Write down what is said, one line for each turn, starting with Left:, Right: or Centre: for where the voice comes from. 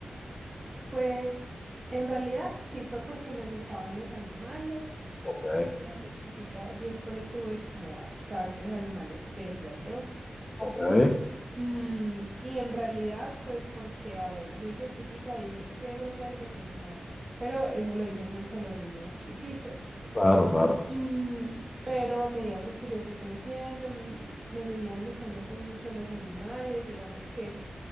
Right: Pues en realidad sí fue porque me gustaban los animales.
Left: Ok,
Right: Desde chiquita siempre tuve como bastantes animales, creería yo.
Left: ok,
Right: Mm, y en realidad, pues porque, a ver, yo desde chiquita dije, quiero ser veterinaria, pero eso lo dicen mucho los niños chiquitos.
Left: claro, claro.
Right: Mm, pero a medida pues que yo fui creciendo, mi, me seguían gustando pues mucho los animales, digamos que